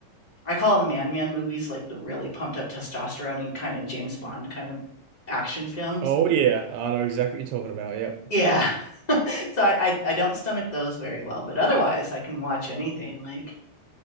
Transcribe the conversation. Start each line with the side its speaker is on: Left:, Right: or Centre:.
Left: I call them man man movies, like the really pumped up testosterone kind of James Bond kind of action films.
Right: Oh yeah, I know exactly what you're talking about. Yep.
Left: Yeah. <laughs> so I, I I don't stomach those very well, but otherwise I can watch anything. Like